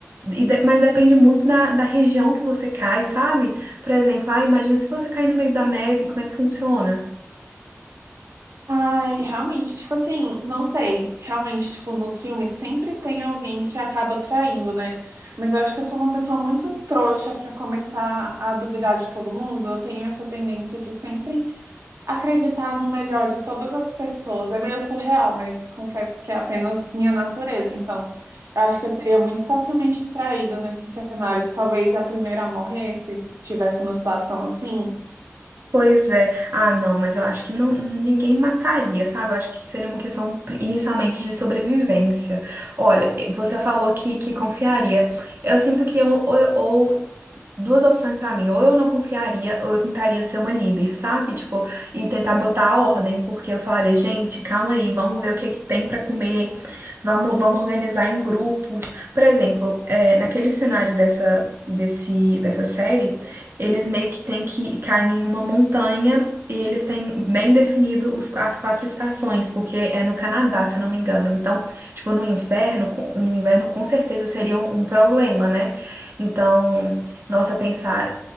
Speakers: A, on the right; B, on the right.
A: E de- mas depende muito da, da região que você cai, sabe? Por exemplo, ah, imagina se você cair no meio da neve, como é que funciona?
B: Ai, realmente, tipo assim, não sei. Realmente, tipo, nos filmes sempre tem alguém que acaba traindo, né? Mas eu acho que eu sou uma pessoa muito trouxa pra começar a duvidar de todo mundo. Eu tenho essa tendência de sempre acreditar no melhor de todas as pessoas. É meio surreal, mas confesso que é apenas minha natureza. Então, eu acho que eu seria muito facilmente traída nesses cenários. Talvez a primeira a morrer, se tivesse uma situação assim.
A: Pois é. Ah, não, mas eu acho que não, ninguém mataria, sabe? Eu acho que seria uma questão pri- inicialmente de sobrevivência. Olha, você falou que, que confiaria. Eu sinto que eu, ou, duas opções pra mim. Ou eu não confiaria, ou eu tentaria ser uma líder, sabe? Tipo, e tentar botar a ordem, porque eu falaria, gente, calma aí, vamos ver o que é que tem pra comer, vamos, vamos organizar em grupos. Por exemplo, é, naquele cenário dessa, desse, dessa série, eles meio que têm que cair em uma montanha. E eles têm bem definido os- as quatro estações, porque é no Canadá, se eu não me engano. Então, tipo, no inverno, com- no inverno com certeza seria um um problema, né? Então, nossa, pensar